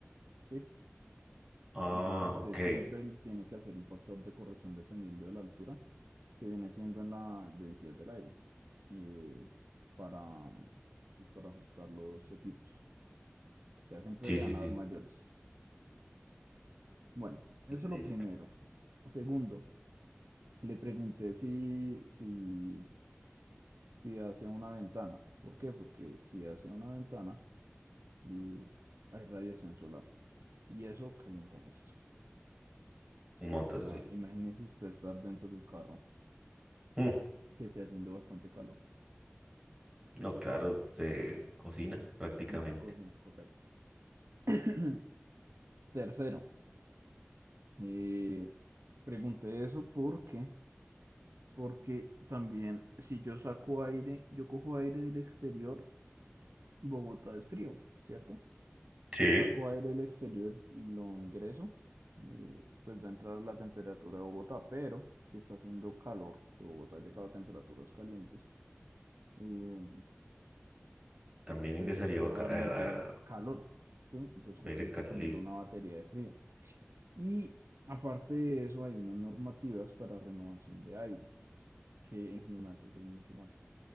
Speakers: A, on the right; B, on the right.
A: Sí,
B: Ah,
A: entonces usted
B: ok.
A: siempre tiene que hacer un factor de corrección dependiendo de la altura, que viene siendo en la densidad del aire, eh, para, pues, para ajustar los equipos. O sea, siempre
B: Sí,
A: le
B: sí,
A: van
B: sí.
A: a dar mayores. Bueno, eso
B: Listo.
A: es lo primero. Segundo, le pregunté si, si, si hacia una ventana. ¿Por qué? Porque si hacia una ventana y hay radiación solar y eso calienta el resto.
B: Un montón,
A: O sea,
B: sí.
A: imagínese usted estar dentro del carro
B: <laughs>
A: que esté haciendo bastante calor
B: No, claro, se cocina prácticamente.
A: No se cocina, correcto. <clears throat> Tercero, eh, pregunté eso porque, porque también si yo saco aire, yo cojo aire del exterior, Bogotá es frío, ¿cierto?
B: Sí,
A: Yo saco aire del exterior y lo ingreso, eh, pues va a entrar la temperatura de Bogotá, pero si está haciendo calor, que Bogotá ha llegado a temperaturas calientes, eh,
B: También ingresaría
A: pues usted
B: vaca-
A: va a
B: a-
A: meter
B: a-
A: calor, ¿sí? Entonces usted
B: aire
A: tiene
B: caliente
A: que poner una batería de frío. Y aparte de eso, hay unas normativas para renovación de aire, que en gimnasios es mucho más.